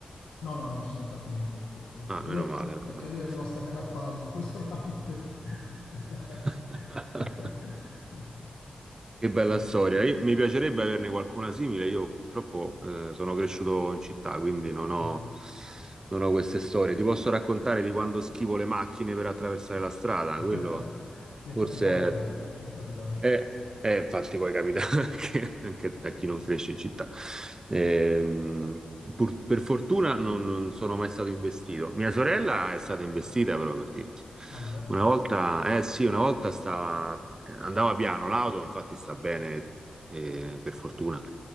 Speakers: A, on the left (about 85°); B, on the right (about 30°).
A: No, no, no, non ci siamo fatti niente, per fortuna.
B: Ah,
A: Per
B: meno
A: lui-
B: male. meno
A: Perché
B: male.
A: lui è rimasto aggrappato su questo ramo. quindi- <laughs>
B: <laughs> Che bella storia, Io- mi piacerebbe averne qualcuna simile, io purtroppo eh, sono cresciuto in città, quindi non ho,
A: Dai.
B: non ho queste storie. Ti posso raccontare di quando schivo le macchine per attraversare la strada,
A: <laughs>
B: quello...
A: Mi è
B: Forse
A: capitato quello, mi è capitato.
B: è, è- infatti poi capita <laughs> anche, anche a chi non cresce in città. Ehm, pur- per fortuna non, non sono mai stato investito. Mia sorella è stata investita, però per dirti.
A: Aia,
B: Una volta, eh sì, una volta stava, andava piano l'auto, infatti sta bene, eh, per fortuna.